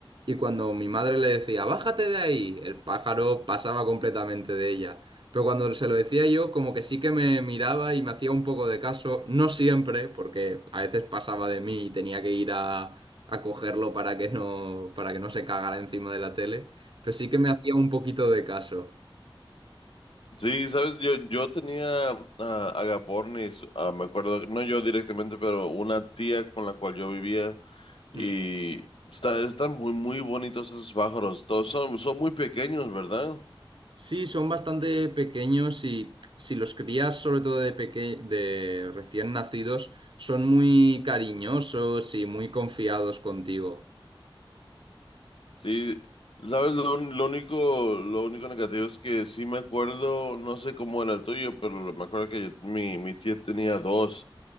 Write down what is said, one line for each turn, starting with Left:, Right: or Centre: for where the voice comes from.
Right: Y cuando mi madre le decía, bájate de ahí, el pájaro pasaba completamente de ella. Pero cuando se lo decía yo, como que sí que me miraba y me hacía un poco de caso, no siempre, porque a veces pasaba de mí y tenía que ir a, a cogerlo para que no, para que no se cagara encima de la tele, pero sí que me hacía un poquito de caso.
Left: Sí, sabes, yo, yo tenía a agapornis, ah, me acuerdo, no yo directamente, pero una tía con la cual yo vivía y
Right: Mm.
Left: está, están muy, muy bonitos esos pájaros. Todos son, son muy pequeños, ¿verdad?
Right: Sí, son bastante pequeños y si los crías, sobre todo de peque- de recién nacidos, son muy cariñosos y muy confiados contigo.
Left: Sí, sabes, lo, un- lo único, lo único negativo es que sí me acuerdo, no sé cómo era el tuyo, pero lo- me acuerdo que yo- mi, mi tía tenía dos